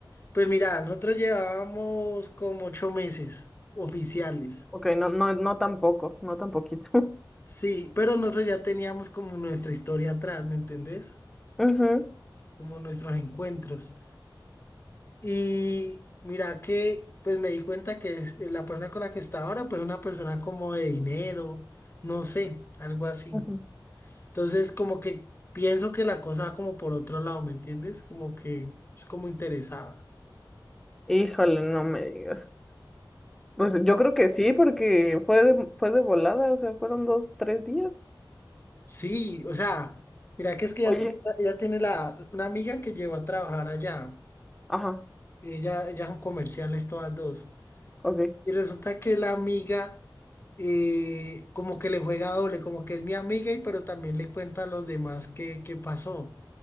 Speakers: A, on the left; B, in the centre.
A: pues mira, nosotros llevábamos como ocho meses oficiales.
B: Ok, no, no, no tan poco, no tan poquito. <laughs>
A: Sí, pero nosotros ya teníamos como nuestra historia atrás, ¿me entendés?
B: Ujú,
A: Como nuestros encuentros. Y mira que pues me di cuenta que es- eh, la persona con la que está ahora pues es una persona como de dinero, no sé, algo así.
B: ujú.
A: Entonces como que pienso que la cosa va como por otro lado, ¿me entiendes? Como que es como interesada.
B: Híjole, no me digas. Pues yo
A: No,
B: creo que sí, porque fue de, fue de volada, o sea, fueron dos, tres días.
A: sí, o sea, mira que es que ella
B: Oye,
A: tiene, ella tiene la, una amiga que llegó a trabajar allá.
B: ajá,
A: Ella, ella son comerciales todas dos.
B: ok.
A: Y resulta que la amiga eh, como que le juega doble, como que es mi amiga y pero también le cuenta a los demás qué, qué pasó.